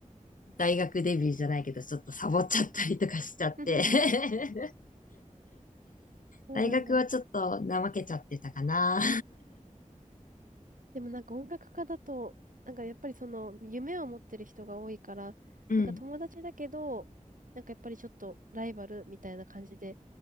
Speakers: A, on the left (about 80°); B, on the right (about 80°).
A: 大学デビューじゃないけど、ちょっとサボっちゃったりとかしちゃって
B: <laughs> うん
A: <laughs>
B: そうなんだ。
A: 大学はちょっと怠けちゃってたかな。
B: でもなんか音楽家だと、なんかやっぱりその夢を持ってる人が多いから、
A: <laughs> うん、
B: なんか友達だけど、なんかやっぱりちょっとライバルみたいな感じで、